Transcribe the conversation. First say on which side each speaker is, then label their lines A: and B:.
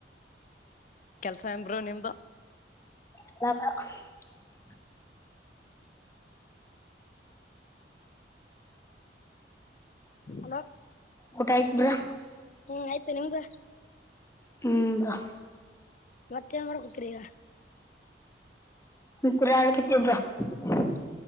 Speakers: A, on the left; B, on the left.
A: ಕೆಲ್ಸ ಎಂಬರು ನಿಮ್ದು
B: ಅ <unintelligible>
A: ಹಲೋ
B: ಊಟ ಆಯ್ತ್ ಬ್ರೋ
A: ಹ್ಮ್ ಆಯ್ತು ನಿಮ್ದು
B: ಹ್ಮ
A: ಮತ್ತೆ ಹೆಂಗಡ್ಕೋತರಿ ಈಗ
B: ಮಳ <unintelligible>